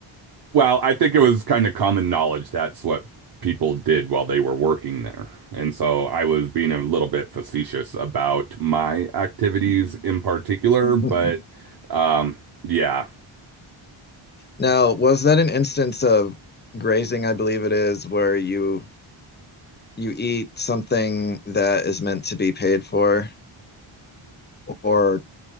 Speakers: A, on the right (about 45°); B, on the left (about 25°).
A: Well, I think it was kind of common knowledge that's what people did while they were working there. And so I was being a little bit facetious about my activities in particular, but
B: <laughs>
A: um, yeah,
B: Now, was that an instance of grazing, I believe it is, where you you eat something that is meant to be paid for, or